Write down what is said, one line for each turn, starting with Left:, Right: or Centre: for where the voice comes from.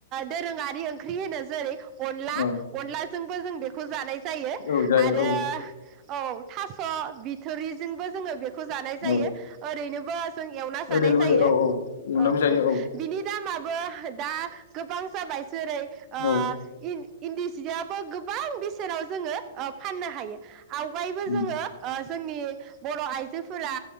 Right: दोरोङारि ओंख्रि होनो जेरै अनला
Left: औ
Right: अला जों जों बेखौ जानाय जायो
Left: औ जायो
Right: आरो
Left: औ
Right: औ थास' बि थोरिजोंबो जोङो बे खौ जानाय जायो।
Left: औ
Right: ओरैनोबो जों एवना जानाय
Left: ओरैनोबो
Right: जायो
Left: औ औ एवनाबो
Right: औ
Left: जायो
Right: औ बिनि दामाबो दा गोबां जाबाय जेरै अ
Left: औ
Right: इन्दि सियाबो गोबां बेसेनाव जोङो ओ फाननो हायो आवगायबो
Left: उम
Right: जोङो अ जोंनि बर' आइजोफोरा